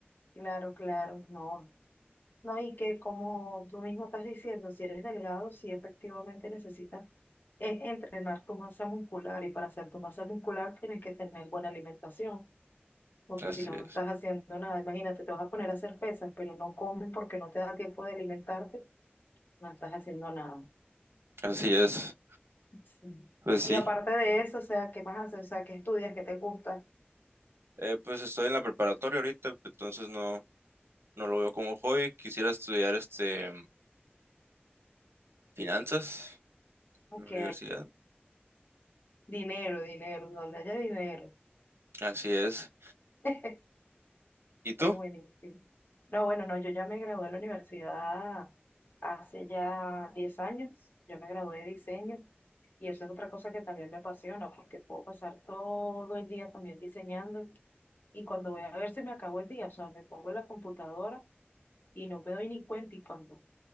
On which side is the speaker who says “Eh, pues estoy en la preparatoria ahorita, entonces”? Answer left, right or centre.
Right